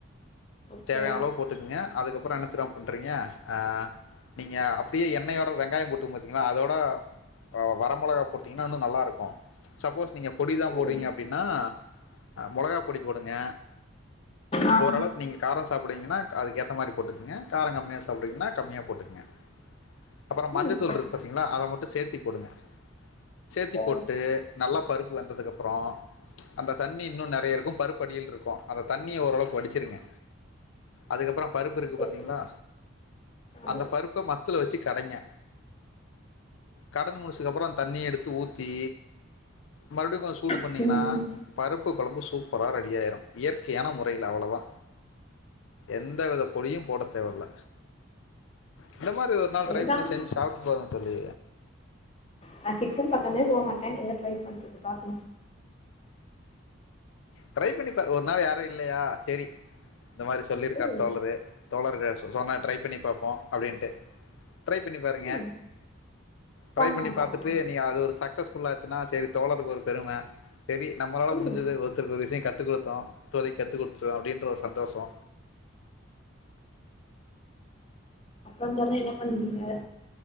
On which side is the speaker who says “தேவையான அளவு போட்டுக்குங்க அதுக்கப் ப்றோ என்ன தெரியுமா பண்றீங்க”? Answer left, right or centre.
Left